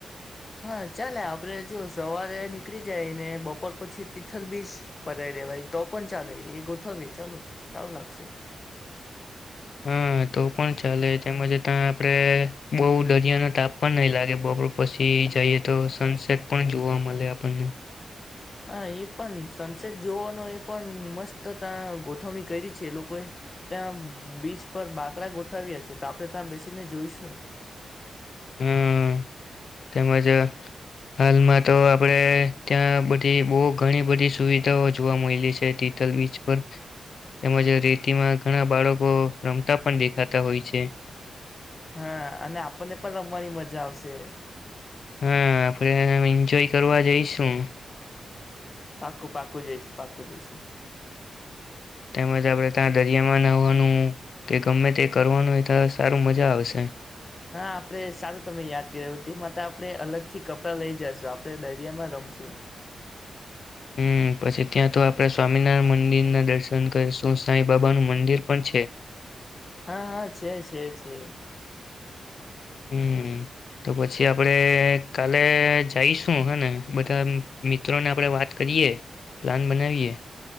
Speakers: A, on the left; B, on the left.
A: હા ચાલે આપણેે જો સવારે નીકળી જાયને બપોર પછી તિથલ બીજ પતાઈ દેવાય તો પણ ચાલે એ ગોથવીએ ચાલો સારું લાગશે.
B: હા તો પણ ચાલે તેમજ ત્યાં આપણેે બહુ દરિયાનો તાપ પણ નહીં લાગે બપોર પછી જઈએ તો સનસેટ પણ જોવા મલે આપણને.
A: હા, એ પણ સનસેટ જોવાનો એ પણ મસ્ત ત્યાં ગોઠવણી કરી છે એ લોકોએ ત્યાં બીચ પર બાકડા ગોઠવ્યા છે તો આપણે ત્યાં બેસીને જોઈશું.
B: હમ્મ, તેમજ હાલમાં તો આપણેે ત્યાં બધી બોવ ઘણી બધી સુવિધાઓ જોવા મયલી છે તીથલ બીચ પર તેમજ રેતીમાં ઘણા બાળકો રમતા પણ દેખાતા હોય છે.
A: હા અને આપણને પણ રમવાની મજા આવશે.
B: હા, આપણેે એન્જોય કરવા જઈશું.
A: પાકું-પાકું જઈશું પાકું જઈશું.
B: તેમજ આપણે તા દરિયામાં નાહવાનું કે ગમે તે કરવાનું હોય તો સારું મજા આવશે.
A: હા આપણે સારું તમે યાદ કરાવ્યું તે માટે આપણે અલગ થી કપડાં લઈ જાશું આપણેે દરિયામાં રમશું.
B: હમ્મ, પછી ત્યાં તો આપણા સ્વામિનારાયણ મંદિરના દર્શન કરીશું, સાંઈ બાબાનું મંદિર પણ છે.
A: હા હા છે છે છે.
B: હમ્મ, તો પછી આપડે કાલે જઈશું હને બધા મિત્રોને આપણે વાત કરીએ પ્લાન બનાવીએ.